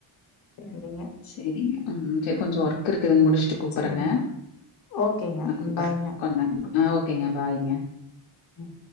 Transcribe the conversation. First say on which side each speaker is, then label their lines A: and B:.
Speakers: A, on the left; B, on the left.
A: சரிங்க
B: செரிங்க ம் செரி கொஞ்சோ ஒர்க் இருக்குதுங்க முடிச்சுட்டு கூப்பர்றேங்க
A: சேரிங்க ஓகேங்க
B: நா கூப்பர்றே
A: ம் பாய்ங்க
B: கொஞ்ச நேரோ ஆ ஓகேங்க பாய்ங்க
A: ம்